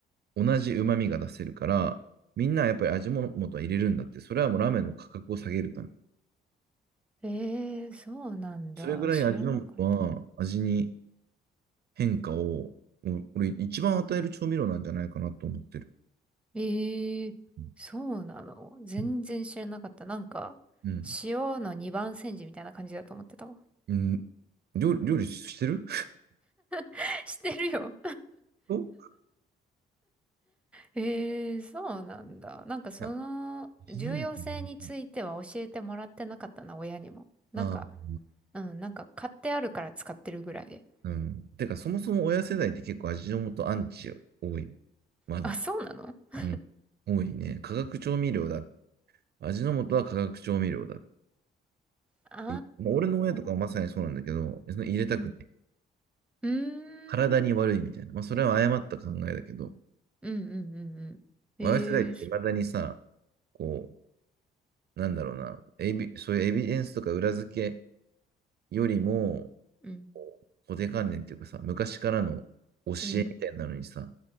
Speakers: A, on the right (about 55°); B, in the centre.
A: 同じ旨味が出せるから、みんなやっぱり味の素は入れるんだって、それはもうラーメンの価格を下げるため。
B: ええそうなんだ。
A: それぐらい味の素は味に
B: 知らなかった。
A: 変化を、もう俺一番与える調味料なんじゃないかなと思ってる。
B: ええそうなの全然知らなかった。
A: うん。
B: なんか、
A: うん
B: 塩の二番煎じみたいな感じだと思ってたわ。
A: うん。料理、料理してる
B: <laughs> してるよ。
A: <laughs> い
B: ええ、そうなんだ。なんかその重要性については教えてもらってなかったな、
A: や、味の素ね。
B: 親にも。なんか、
A: ああ、
B: うん、なんか買ってあるから使ってるぐらいで。
A: うん。てか、そもそも親世代って結構味の素アンチ多い。まだ。
B: あ、そうなのあ
A: うん。多いね。化学調味料だ。味の素は化学調味料だって
B: あ
A: 言って。まあ俺の親とかはまさにそうなんだけど、
B: ー、
A: その入れたくない。
B: うん。うーん。
A: 体に悪いみたいな。まあ、それは誤った考えだけど、
B: うんうんうんうん。
A: まあ親世代って未だにさ、
B: ええ、そ
A: こう、なんだろうな、エビ、そういうエビデンスとか裏付けよりも、
B: うん、
A: こう固定観念っていうかさ、昔からの教えみたいなのにさ、
B: うん、